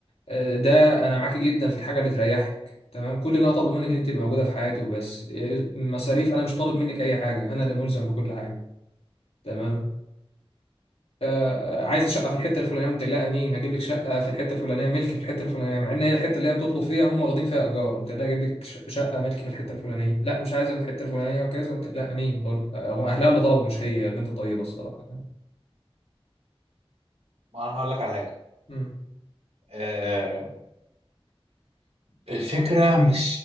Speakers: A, on the left; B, on the right.
A: آه، ده انا معاكي جدا في الحاجه اللي تريحك تمام كل اللي انا طالبه منك ان انت تبقى موجوده في حياتي وبس آه، مصاريف انا مش طالب منك اي حاجه انا اللي ملزم بكل حاجه تمام آه، عايز شقه في الحته الفلانيه قمت لا امين هجيب لك شقه في الحته الفلانيه ملك في الحته الفلانيه مع ان هي الحته اللي هي بتطلب فيها هم واخدين فيها ايجار قمت لا اجيب لك ش- شقه ملك في الحته الفلانيه لا مش عايزها في الحته الفلانيه وكذا قمت لا امين برضه آه، هو اهلها اللي طلبوا مش هي البنت طيبه الصراحه
B: ما انا هقول لك على حاجة
A: امم
B: آه، الفكرة مش